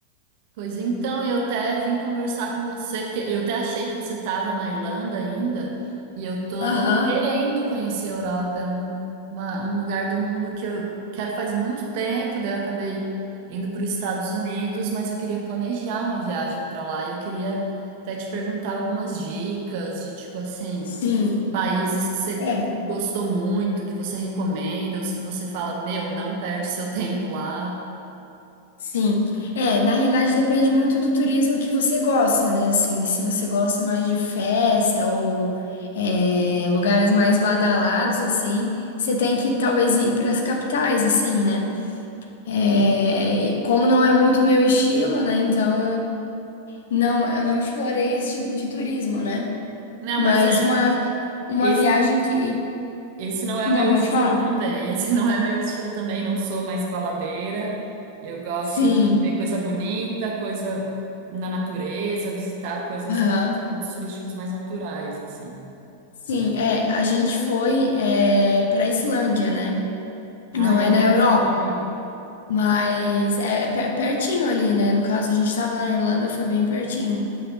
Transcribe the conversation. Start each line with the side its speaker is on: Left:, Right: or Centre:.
Right: Pois então, eu até vim conversar com você, porque eu até achei que você estava na Irlanda ainda, e eu tô
Left: Aham,
Right: querendo conhecer a Europa, é um, uma- um lugar do mundo que eu quero faz muito tempo, daí eu acabei indo para os Estados Unidos, mas eu queria planejar uma viagem para lá, e eu queria até te perguntar algumas dicas de tipo assim,
Left: sim.
Right: países que você
Left: é.
Right: gostou muito, que você recomenda, os que você fala, meu, não perde seu tempo lá.
Left: Sim, é, na realidade depende muito do turismo que você gosta, né? Assim, se você gosta mais de festa ou é, lugares mais badalados, assim, você tem que talvez ir para as capitais, assim, né? É, e como não é muito meu estilo, né? Então, não, eu não explorei esse tipo de turismo, né?
Right: Não,
Left: Mas
Right: mas
Left: uma, uma
Right: é.
Left: viagem que.
Right: Esse não é
Left: Não,
Right: o meu
Left: pode
Right: estilo
Left: falar.
Right: também. Esse não é meu estilo também. Não sou mais baladeira. Eu gosto
Left: Sim,
Right: de ver coisa bonita, coisa na natureza, visitar coisas
Left: aham.
Right: mais, pontos turísticos mais naturais, assim.
Left: Sim, é, a gente foi é, para Islândia, né? Não
Right: Ai,
Left: é
Right: é
Left: na
Right: o meu
Left: Europa,
Right: sonho.
Left: mas é pe- pertinho ali, né? No caso, a gente tava na Irlanda, foi bem pertinho.